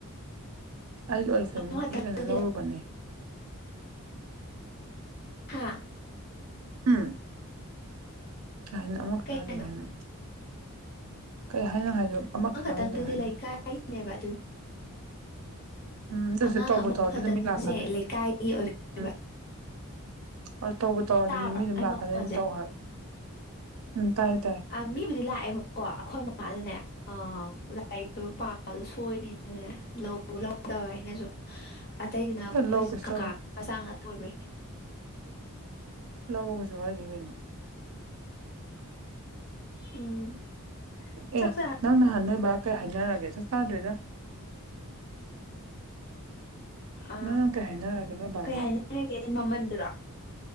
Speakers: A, on the right; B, on the left.
A: ꯑꯩꯁꯨ ꯑꯣꯏ ꯐꯦꯃꯤꯂꯤꯒꯤ
B: ꯑꯃꯈꯛꯇꯪꯗꯨꯗꯤ
A: ꯀꯩꯅꯣ ꯂꯧꯔꯨꯕꯅꯦ
B: ꯍꯥ
A: ꯎꯝ ꯀꯅ ꯑꯃꯈꯛꯇꯅ
B: ꯀꯩ
A: ꯑꯗꯨ
B: ꯍꯥꯏꯅꯣ
A: ꯍꯥꯏꯅ ꯀꯩ ꯍꯥꯏꯅ ꯍꯥꯏꯗꯣ ꯑꯃꯈꯛꯇꯪ
B: ꯑꯃ ꯈꯛꯇꯪꯗꯨꯗꯤ
A: ꯑꯗꯨ ꯍꯥꯏꯅꯣ
B: ꯂꯩ ꯀꯥꯏꯅꯦꯕ ꯑꯗꯨꯒꯤ
A: ꯎꯝ ꯗꯁꯦ
B: ꯑꯉꯥꯡ
A: ꯇꯧꯕ
B: ꯑꯃꯈꯛꯇꯪꯁꯦ
A: ꯇꯧ ꯑꯗꯨ ꯑꯗꯨ ꯃꯤ ꯂꯥꯛꯀꯅꯦ
B: ꯂꯩꯀꯥꯏꯒꯤ ꯑꯣꯏꯕ
A: ꯎꯝ ꯍ ꯇꯧꯕ ꯇꯧꯔ
B: ꯇꯥꯕ꯭ꯔꯥ
A: ꯑꯗꯨꯅꯤ ꯃꯤ ꯑꯗꯨꯝ
B: ꯑꯩ
A: ꯂꯥꯛꯀꯅꯤ
B: ꯃꯈꯣꯟꯁꯦ
A: ꯑꯗꯨꯝ ꯇꯧ ꯍꯥꯏꯕꯅꯤ ꯎꯝ ꯇꯥꯏꯌꯦ ꯇꯥꯏꯌꯦ
B: ꯑ ꯃꯤꯕꯨꯗꯤ ꯂꯥꯛꯑꯦꯕꯀꯣ ꯑꯩꯈꯣꯏ ꯃꯃꯥꯗꯅꯦ ꯑ ꯂꯥꯏꯔꯤꯛꯇꯣ ꯄꯥꯜ ꯁꯣꯏꯅꯤꯅꯅꯦ ꯂꯧ ꯂꯧꯗꯕ ꯑꯩꯅꯁꯨ ꯑꯇꯩꯗꯨꯅ ꯑꯩꯈꯣꯏ
A: ꯂꯧ ꯀꯩꯁꯨ
B: ꯀꯀꯥ
A: ꯇꯧꯔꯣꯏ
B: ꯃꯆꯥ ꯉꯥꯛꯇꯣꯏꯕ
A: ꯂꯥꯛꯎ ꯀꯩꯁꯨ ꯀꯥꯏꯗꯦ ꯀꯩꯩꯅꯣ
B: ꯎꯝ
A: ꯑꯦ
B: ꯆꯥꯛ ꯆꯥ
A: ꯅꯪ ꯍꯅꯕ ꯀꯩ ꯍꯥꯏꯟꯅꯔꯒꯦ ꯆ ꯆꯥꯗ꯭ꯔꯤꯗ
B: ꯑ
A: ꯅꯪ ꯅꯪ ꯀꯩ ꯍꯥꯏꯅꯔꯒꯦ ꯅꯣꯏ ꯕꯥꯒ
B: ꯀꯩ ꯍꯥꯏꯅꯔꯒꯦꯗꯤ ꯃꯃꯟꯗꯨꯔꯣ